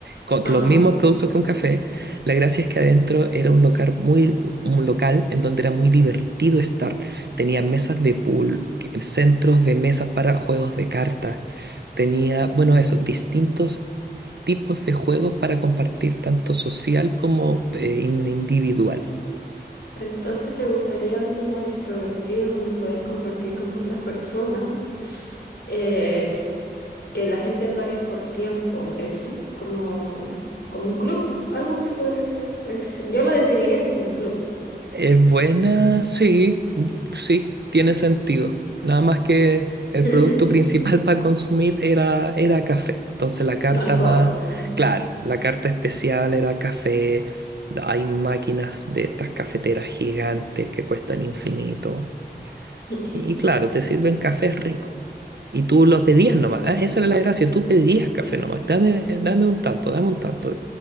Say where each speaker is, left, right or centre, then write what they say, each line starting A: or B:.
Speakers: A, on the right; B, on the left.
A: con
B: Ajá.
A: los mismos productos que un café, la gracia es que adentro era un local muy, un local en donde era muy divertido estar. Tenía mesas de pool, que- centros de mesas para juegos de cartas. Tenía, bueno, eso, distintos tipos de juegos para compartir tanto social como eh, in- individual.
B: Entonces, ¿te gustaría algo más extrovertido donde puedes compartir con otras personas? Eh, que la gente pague por tiempo, eso, como, como un club, algo así podría ser. Ex- Yo lo definiría como un club,
A: ¿Es buena? Sí, sí, tiene sentido. Nada más que el
B: <laughs>
A: producto principal <laughs> para consumir era, era café. Entonces la carta
B: no alcohol.
A: más,
B: Mm.
A: claro, la carta especial era café. Hay máquinas de estas cafeteras gigantes que cuestan infinito.
B: <laughs>
A: Y claro, te sirven cafés ricos. Y tú lo pedías nomás. Ah, esa era la gracia. Tú pedías café nomás. Dame, dame un tanto, dame un tanto.